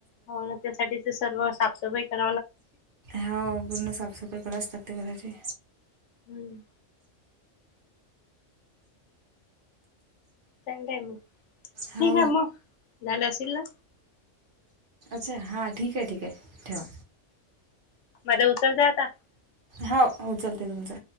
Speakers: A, on the left; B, on the right.
A: हो ना त्यासाठीच सर्व साफसफाई कर
B: हो पूर्ण साफसफाई करावीच लागते घराची
A: हम्म संडेय मग
B: हो
A: ठीक आहे म झालं अशील ना
B: अच्छा हां ठीक आहे ठीक आहे ठेवा.
A: मध्ये उचलताय आता
B: हा उचलते तुमचं